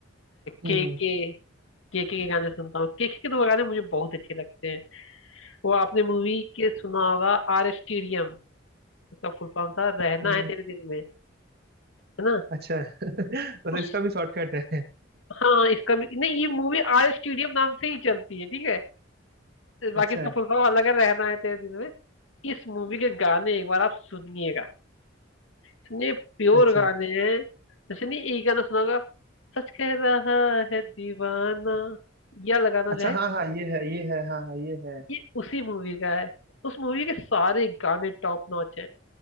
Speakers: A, on the right; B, on the left.
A: हम्म
B: के के के के के गाने सुनता हूँ के के के तो गाने मुझे बहुत अच्छे लगते हैं वो आपने मूवी के सुना होगा आर स्टेडियम उसका फुल फॉर्म था रहना
A: हम्म,
B: है तेरे
A: अ,
B: दिल में है ना
A: अच्छा <laughs> मतलब
B: उस
A: इसका भी शॉर्टकट है
B: हाँ इसका भी नहीं ये मूवी आर स्टेडियम नाम से ही चलती है ठीक है बाकी
A: अच्छा
B: इसका फुल फॉर्म अलग है, रहना है तेरे दिल में इस मूवी के गाने एक बार आप सुनिएगा इतने प्योर
A: अच्छा
B: गाने हैं जैसे नहीं एक गाना सुना होगा सच कह रहा है दीवाना यह लगाना
A: अच्छा
B: जो है
A: हाँ हाँ ये है ये है हाँ हाँ ये है
B: ये उसी मूवी का है उस मूवी के सारे गाने टॉप नॉच हैं